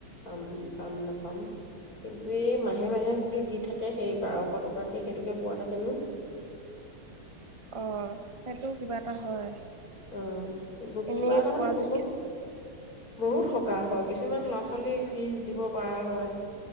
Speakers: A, on the left; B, on the right.
A: পাম পাম নাপাম কিন্তু এই মাহে মাহে যিটো দি থাকে সেই বাৰশ টকাকে সেইটোকে পোৱাাহেঁতেনো
B: অ সেইটো কিবা এটা হয়
A: অ কিন্তু
B: এনেই
A: কিবা তাৰ
B: পোৱা
A: মমানে বহুত
B: যেতিয়া
A: বহুত হয় কিছুমান ল'ৰা ছোৱালী ফিজ দিব পৰা হয়